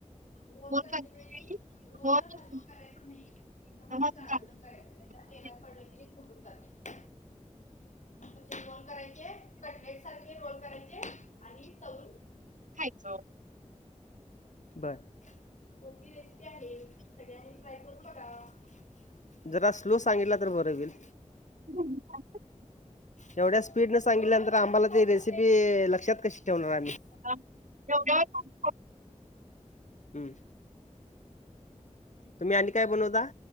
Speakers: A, on the left; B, on the right.
A: रोल
B: फोन
A: करते वेळी
B: मी
A: रोलला
B: फोन
A: रज
B: फोन
A: करायचं नाही. एकदम
B: तेव्हा
A: आता
B: तू
A: जाडलं
B: चालू
A: करायचं, नाही
B: फोन
A: तर तेलात पडलं की ते फुठून जातय. नंतर ते रोल करायचे, कटलेट सारखे रोल करायचे, आणि तळून
B: खायचं
A: सोपी रेसिपी आहे सगळ्यांनी ट्राय करून बघा. जरा स्लो सांगितला तर बरं होईल.
B: <unintelligible>
A: एवढ्या स्पीडनं सांगितल्यानंतर आम्हांला ती रेसिपी लक्षात कशी ठेवणार आम्ही?
B: हां जेवल्यावर..
A: हम्म तुम्ही आणि काय बनवता?